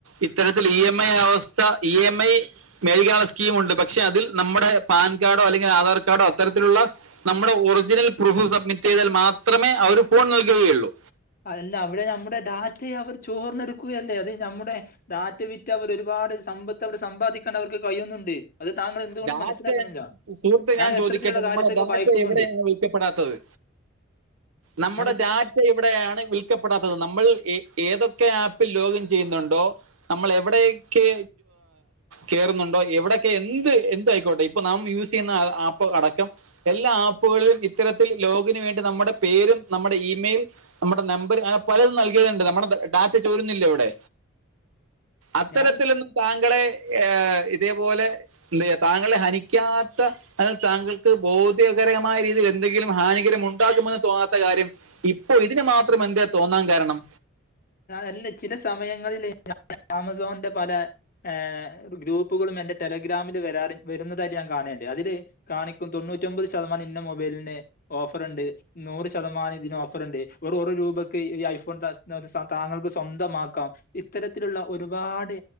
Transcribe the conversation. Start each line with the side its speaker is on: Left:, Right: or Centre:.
Right: ഇത്തരത്തിൽ ഇ എം ഐ അവസ്ഥ ഇ എം ഐ മേൽകാല സ്കീം ഉണ്ട് പക്ഷെ അതിൽ നമ്മുടെ പാൻ കാർഡോ അല്ലെങ്കിൽ ആധാർ കാർഡോ അത്തരത്തിലുള്ള നമ്മുടെ ഒറിജിനൽ പ്രൂഫ് സബ്മിറ്റ് ചെയ്താൽ മാത്രമേ അവര് ഫോൺ നൽകുകയുള്ളൂ
Left: അല്ല അവിടെ നമ്മുടെ ഡാറ്റയെ അവർ ചോർന്നെടുക്കുകയല്ലേ അത് നമ്മുടെ ഡാറ്റ വിറ്റ് അവർ ഒരുപാട് സമ്പത്ത് സമ്പാദിക്കാൻ അവർക്ക് കഴിയുന്നുണ്ട് അത് താങ്കൾ എന്തുകൊണ്ട്
Right: ഡാറ്റ
Left: മനസ്സിലാക്കണില്ല?
Right: സുഹൃത്ത് ഞാൻ ചോദിക്കട്ടെ
Left: ഇത്തരത്തിലുള്ള
Right: നമ്മള
Left: കാര്യത്തെയൊക്കെ
Right: ഡാറ്റ
Left: ഭയക്കുന്നുണ്ട്.
Right: എവിടെയാണ് വിൽക്കപ്പെടാത്തത് നമ്മുടെ
Left: ഞാൻ ഇത്ര
Right: ടാ ഇവിടെയാണ് വിൽക്കപ്പെടാത്തത് നമ്മൾ ഏതൊക്കെ ആപ്പിൽ ലോഗിൻ ചെയ്യുന്നുണ്ടോ നമ്മൾ എവിടെയൊക്കെ കേറുന്നുണ്ടോ എവിടയൊക്കെ എന്ത് എന്തുആയിക്കോട്ടെ ഇപ്പൊ നാം യൂസ് ചെയ്യുന്ന ആപ്പ് അടക്കം എല്ലാ ആപ്പുകളിലും ഇത്തരത്തിൽ ലോഗിന് വേണ്ടി നമ്മുടെ പേരും നമ്മുടെ ഇമെയിൽ നമ്മുടെ നമ്പർ അങ്ങനെ പലതും നൽകിയതുണ്ട് നമ്മുടെ ഡാറ്റ ചോരുന്നില്ലെ ഇവിടെ അത്തരത്തിലൊന്നും
Left: ഞാൻ
Right: താങ്കളെ ഏ ഇതേപോലെ താങ്കളെ ഹനിക്കാത്ത അത് താങ്കൾക്ക് ഭൗതികരമായ രീതിയിൽ എന്തെങ്കിലും ഹാനികരം ഉണ്ടാകുമെന്ന് തോന്നാത്ത കാര്യം ഇപ്പൊ ഇതിന് മാത്രം എന്താ തോന്നാൻ കാരണം
Left: അല്ല ചില സമയങ്ങളില് ആമസോണിന്റെ പല ഏഹ് ഗ്രൂപ്പുകളും എന്റെ ടെലഗ്രാമില് വരാ വരുന്നതായിട്ട് ഞാൻ കാണേണ്ട് അതില് കാണിക്കും തൊണ്ണൂറ്റിഒമ്പത് ശതമാനം ഇന്ന മൊബൈലിന് ഓഫറുണ്ട് നൂറ് ശതമാനം ഇതിന് ഓഫറുണ്ട് ഒരു രൂപക്ക് ഈ ഐഫോൺ താങ്കൾക്ക് സ്വന്തമാക്കാം ഇത്തരത്തിലുള്ള ഒരുപാട്